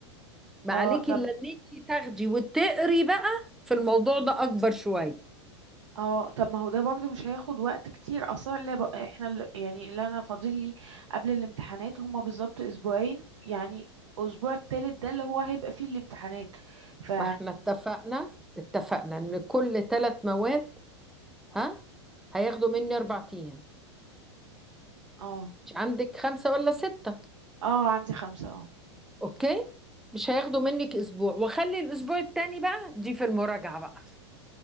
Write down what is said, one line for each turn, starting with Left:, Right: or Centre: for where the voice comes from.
Centre: ما
Right: اه
Centre: عليكي
Right: طب
Centre: الا ان انت تاخدي وتقري بقى في الموضوع ده اكبر شوية
Right: اه طب ما هو ده برضو مش هياخد وقت كتير اصلا اللي ب... احنا اللي... يعني اللي انا فاضل لي قبل الامتحانات هما بالظبط اسبوعين يعني اسبوع التالت ده اللي هو هيبقى فيه الامتحانات ف
Centre: ما احنا اتفقنا اتفقنا ان كل ثلاث مواد ها هياخدوا مني اربع ايام
Right: اه
Centre: مش عندك خمسة ولا ستة
Right: اه عندي خمسة اه
Centre: أوكي مش هياخدوا منك أسبوع وخلي الأسبوع التاني بقى دي في المراجعة بقى